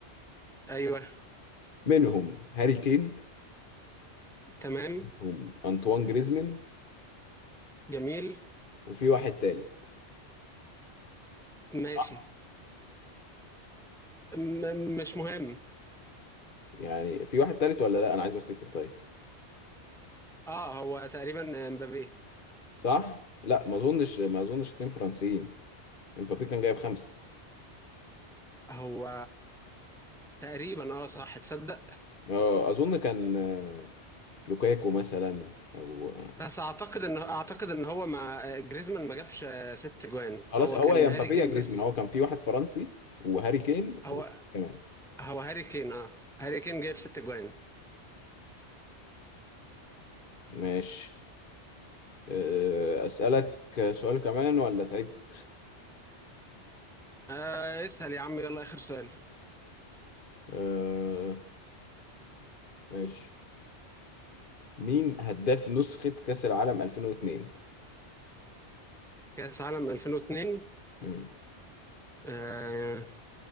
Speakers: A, in the centre; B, on the left.
A: ايوه
B: منهم هاري كين
A: تمام
B: ومنهم أنطوان جريزمان
A: جميل
B: وفي واحد تالت
A: ماشي
B: صح
A: م- مش مهم
B: يعني في واحد تالت ولا لا أنا عايز أفتكر طيب
A: اه هو تقريبا امبابي
B: صح لا ما أظنش ما أظنش اتنين فرنسيين امبابي كان جايب خمسة
A: هو تقريبا اه صح تصدق
B: آه، أظن كان آه، لوكاكو مثلا أو آه،
A: بس اعتقد ان اعتقد ان هو مع جريزمان ما جابش آه، ست جوان
B: خلاص
A: هو
B: هو
A: كان
B: يا مبابي
A: هاري كين
B: يا جريزمان
A: بس
B: هو كان في واحد فرنسي وهاري كين
A: هو
B: وكمان
A: هو هاري كين اه هاري كين جاب ست جوان
B: ماشي آه، أسألك سؤال كمان ولا تعبت
A: آه اسأل يا عم يلا اخر سؤال
B: آه، ماشي مين هداف نسخة كأس العالم 2002
A: كأس عالم 2002
B: مم.
A: آه